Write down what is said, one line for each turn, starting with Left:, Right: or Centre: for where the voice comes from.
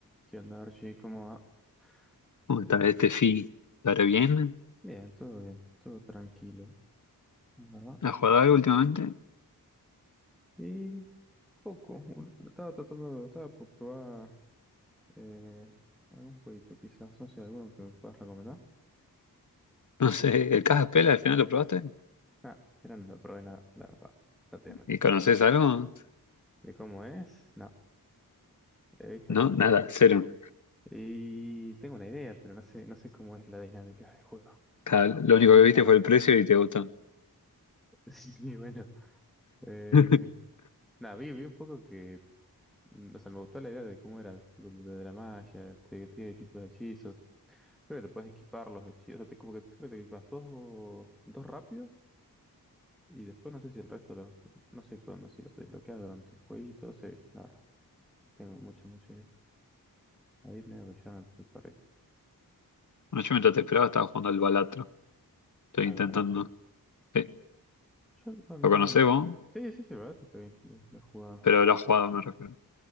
Centre: ¿Qué onda, Archie? ¿Cómo va?
Left: ¿Cómo
Centre: ¿Todo
Left: está
Centre: bien?
Left: este fin? ¿Estará bien?
Centre: Bien, todo bien, todo tranquilo, la verdad.
Left: ¿Has jugado algo últimamente?
Centre: Y poco, un- estaba tratando, estaba por probar eh, algún jueguito quizás, no sé, alguno que me puedas recomendar.
Left: No sé, ¿el Caja al final lo probaste?
Centre: Ah, pero no lo probé nada, la verdad, no te voy a mentir.
Left: ¿Y conoces algo?
Centre: ¿De cómo es? No, he visto
Left: No,
Centre: muy poco.
Left: nada, cero.
Centre: Y tengo una idea, pero no sé, no sé cómo es la dinámica del juego.
Left: Está- Lo
Centre: Una
Left: único que
Centre: vez
Left: viste
Centre: que arranque.
Left: fue el precio y te gustó.
Centre: <laughs> Sí, bueno. Eh,
Left: <laughs>
Centre: nada, vi, vi un poco que Mm, O sea, me gustó la idea de cómo era, tipo, lo de la magia, te- que tiene distintos hechizos. Creo que te puedes equipar los hechizos, o sea, te, como que creo que te equipas dos, o- dos rápido y después no sé si el resto los, no sé cuándo, si los desbloqueas durante el jueguito, no sé, la verdad, no tengo mucha, mucha idea. Ahí me, ya me, me perdí.
Left: Bueno, yo mientras te esperaba estaba jugando al Balatro. Estoy
Centre: Ah,
Left: intentando.
Centre: la verdad,
Left: Sí,
Centre: yo no, no-
Left: lo conocés vos,
Centre: sí, sí, sí, la verdad, te pedí, lo, lo he jugado
Left: pero lo has jugado, me refiero.